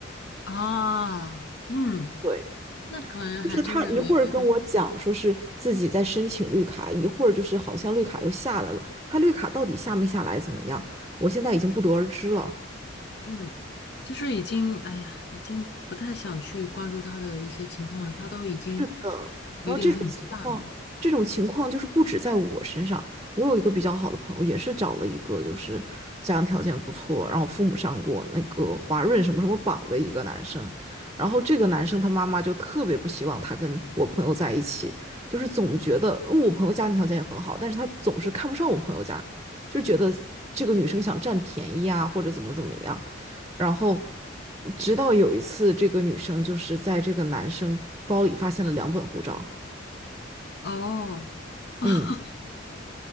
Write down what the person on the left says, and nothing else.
啊，嗯，
那可能还真的缘分
嗯。就是已经，哎呀，已经不太想去关注他的一些情况了，他都已经
有点很淡了。
哦 <laughs>，